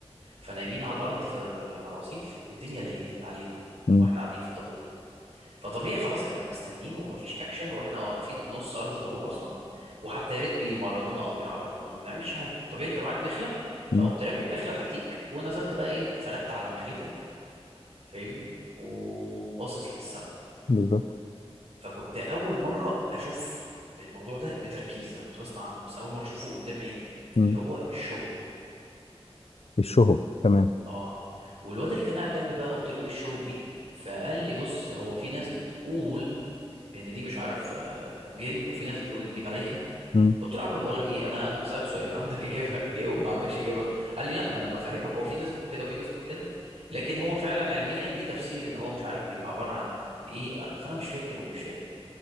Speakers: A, on the right; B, on the left.
A: فنايمين على الارض في ال- على الرصيف والدنيا ليلت علينا من
B: مم،
A: واحنا قاعدين في الطابور فطبيعي خلاص احنا مستنيين ومفيش اكشن واحنا واقفين في نص ارض الطابور اصلا وحتى يا ريت بيمرنونا او بيحركونا ما بنعملش حاجه فطبيعي انت معاك مخله فقمت
B: مم،
A: رامي المخله تحتيك ونزلت بقى ايه فردت على مخلتك فاهمني وباصص للسما
B: بالظبط
A: فكنت اول مره اشوف الموضوع ده بتركيز انا كنت بسمع عنه بس اول مره اشوفه قدام عيني
B: مم.
A: اللي هو الشهب
B: الشهب تمام
A: اه والواد اللي كان قاعد جنبي بقى قلت له ايه الشهب دي فقال لي بص هو في ناس بتقول ان دي مش عارف آه، جن وفي ناس بتقول ان دي ملائكه
B: مم.
A: قلت له يا عم بقول لك ايه انا انا بسالك سؤال عندك اجابه <laughs> جاوب ما عندكش اجابه قال لي لا ما انا بفهمك هو في ناس بتقول كده وفي ناس بتقول كده لكن هو فعلا علميا ليه تفسير ان هو مش عارف بيبقى عباره عن ايه أنا- فانا مش فاكر ومش فاهم